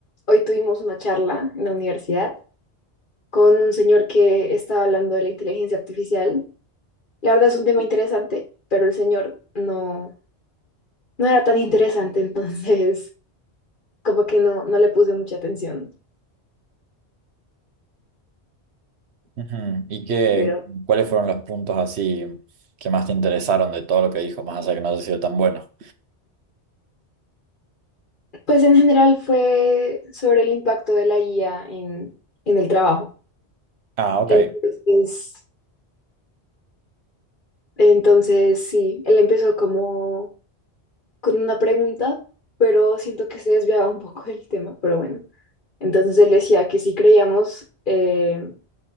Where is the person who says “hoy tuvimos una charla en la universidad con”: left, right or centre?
Left